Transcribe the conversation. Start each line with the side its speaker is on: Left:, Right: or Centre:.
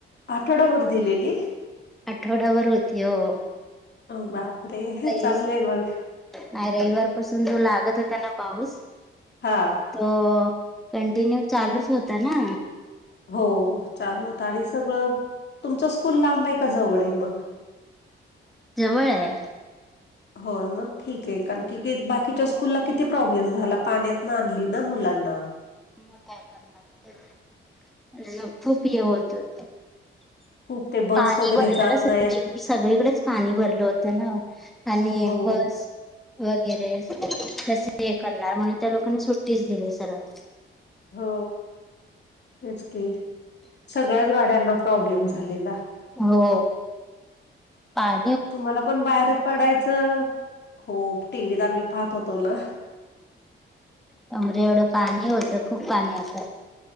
Left: आठवडा भर दिलेली?
Centre: आठवडाभर होती हो
Left: बापरे!
Centre: काही
Left: चांगलय मग.
Centre: नाही रविवार पाासून जो लागत होताना पाऊस
Left: हां.
Centre: त कंटिन्यू चालूच होता ना
Left: हो चालू तर आणि सगळं तुमचं स्कूल लांब आहे का जवळ आहे मग
Centre: जवळ आहे
Left: हो मग ठीक आहे कारण क बाकीच्या स्कूलला किती प्रॉब्लेम झाला पाण्यात नानली ना मुलांना..
Centre: मग काय करणार खूप हे होत होते
Left: खूप ते बस
Centre: पाणी
Left: वगैरे
Centre: भरलं
Left: जात
Centre: ना स
Left: नाहीत
Centre: सगळीकडेच पाणी भरलं होतं ना आणि
Left: हो
Centre: बस वगैरे कसे हे करणार म्हणून त्या लोकांनी सुट्टीच दिली सरळ.
Left: हो तेच की सगळ्याच गाड्यांना प्रॉब्लेम झालेला
Centre: हो पा
Left: तुम्हाला पण बाहेर पडायचं हो टीव्हीत आम्ही पाहत होतो ना
Centre: कमरे एवढं पाणी होतं खूप पाणी असं